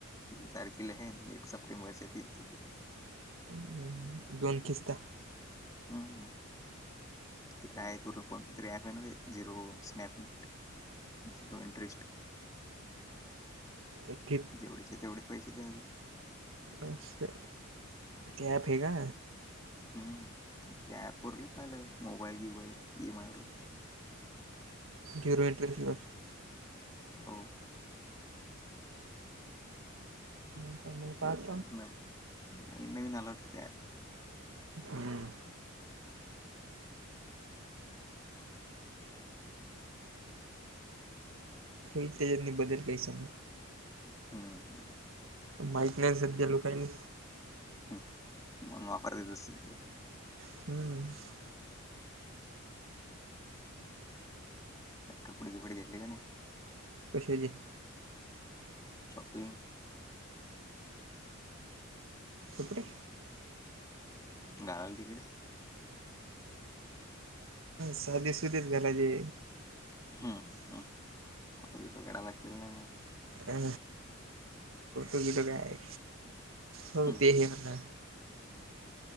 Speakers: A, on the left; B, on the right.
A: तीन तारखेला हे अन, एक सप्टेंबरच्या तीन तारखेला
B: <unintelligible> दोन खिस्ता
A: हम हम ते काय आहे तु कोणत तरी अँप आहे नव्हे झिरो स्नॅपमेट झीरो इंटरेस्ट
B: एक कित
A: जेवढेच्या तेवढे पैसे द्यावी
B: असं, ते अँप आहे का?
A: हम्, त्या ऍप वर लई पाहिलं, मोबाईल गिवाईल ई एम आय वर भेटतं
B: झरो इंटरेस्ट <unintelligible>
A: हो
B: मंग काच
A: नम, नवीन -नवीन आलं वाटतं ते अँप
B: हम्म होईलं तेच्यातनी बदल व्हयचा म
A: हम्मं हम
B: माहीत नाही सध्या लोकांनी
A: हम्म <unintelligible>
B: <inaudible>
A: कपडे-बिपडे घेतली की नी?
B: कशाचे?
A: शॉपिंग.
B: कपडेे.
A: घाल तिकडं.
B: साध सुधच घालायले.
A: हम्म हम्म <unintelligible> लागतील ना.
B: अ पोर्तुगी गाय हो
A: हम्म
B: तेही म्हणा.